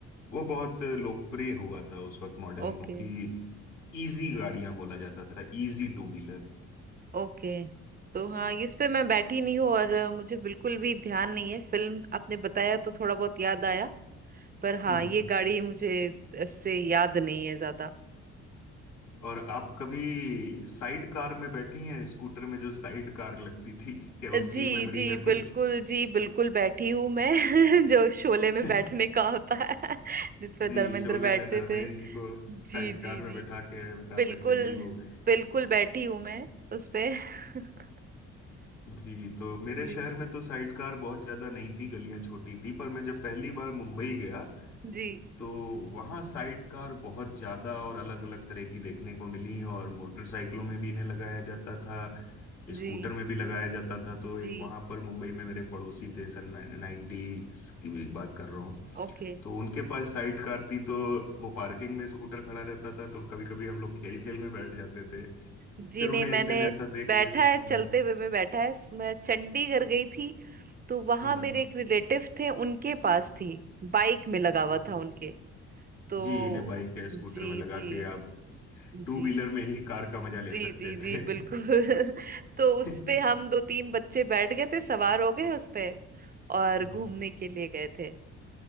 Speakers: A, on the left; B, on the right.
A: वो बहुत लोकप्रिय हुआ था उस वक्त मॉडल
B: ओके
A: क्योंकि इजी गाड़ियां बोला जाता था इजी टू व्हीलर
B: ओके तो हाँ इस पे मैं बैठी नहीं हूँ और अ, मुझे बिल्कुल भी ध्यान नहीं है फिल्म आपने बताया तो थोड़ा बहुत याद आया पर हाँ
A: हम्म
B: ये
A: हम्म।
B: गाड़ी मुझे इससे याद नहीं है ज्यादा
A: और आप कभी साइड कार में बैठी हैं स्कूटर में जो साइड कार लगती थी क्या उसकी
B: जी
A: मेमोरी
B: जी
A: है
B: बिल्कुल
A: कुछ
B: जी बिल्कुल बैठी हूँ मैं <laughs> जो शोले
A: <laughs>
B: में बैठने का होता है <laughs> जिसपे
A: जी
B: धर्मेंद्र
A: शोले
B: बैठते
A: में धर्मेंद्र
B: थे
A: जी को
B: जी
A: साइडकार
B: जी
A: में
B: जी
A: बैठा के अमिताभ
B: बिल्कुल
A: बच्चन जी वो
B: बिल्कुल बैठी हूं मैं उस पे <laughs>
A: जी तो मेरे
B: जी
A: शहर में तो साइडकार बहुत ज्यादा नहीं थी गलियां छोटी थी पर मैं जब पहली बार मुंबई गया
B: जी
A: तो वहाँ साइडकार बहुत ज्यादा और अलग अलग तरह की देखने को मिली और मोटरसाइकिलों में भी इन्हें लगाया जाता था
B: जी
A: स्कूटर में भी लगाया जाता था तो एक
B: जी
A: वहाँ पर मुंबई में मेरे पड़ोसी थे सन नाइन्टीज की भी बात कर रहा
B: ओके
A: तो उनके पास साइड कार थी तो वो पार्किंग में स्कूटर खड़ा रहता था तो कभी कभी हम लोग खेल खेल में बैठ जाते थे
B: जी
A: फिर
B: नहीं
A: उन्हें
B: मैंने
A: एक दिन ऐसा देख
B: बैठा
A: के हम्म
B: है चलते हुए में बैठा है मैं चंडीगढ़ गई थी तो वहां
A: हम्म
B: मेरे एक रिलेटिव थे उनके पास थी बाइक में लगा हुआ
A: ओके
B: था उनके तो
A: जी इन्हें बाइक या स्कूटर
B: जी
A: में लगा
B: जी
A: के आप
B: जी
A: टू व्हीलर में ही कार का मजा ले
B: जी
A: सकते
B: जी जी
A: थे
B: बिल्कुल <laughs> तो
A: <laughs>
B: उस पे हम दो तीन बच्चे बैठ गए थे सवार हो गए उस पे और
A: हम्म
B: घूमने के लिए गए थे